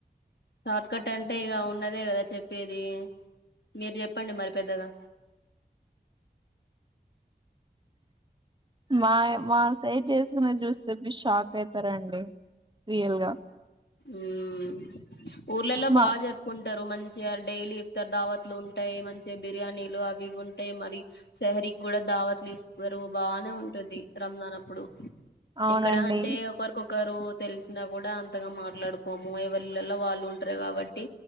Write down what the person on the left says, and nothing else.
షార్ట్ కట్ అంటే ఇక ఉన్నదే కదా చెప్పేది మీరు చెప్పండి మరి పెద్దగా.
ఉమ్ ఊర్లలో
బాగా జరుపుకుంటారు మంచ్ మంచి డైలీ దావత్లు ఇఫతార్ ఉంటాయి. మంచి బిర్యానీలు అవి ఉంటాయి మరి సహరీ కూడా దావ్ దావత్ లు ఇస్తారు బాగానే ఉంట్ టుది రంజన్ అప్పుడు
ఇక్కడ అంటే ఒకరికొకరు తెలిసిన కూడా అన్ త్తగా మాట్లాడుకోము ఎమ్ లో వాళ్ళు ఉంటారు కాబట్టి,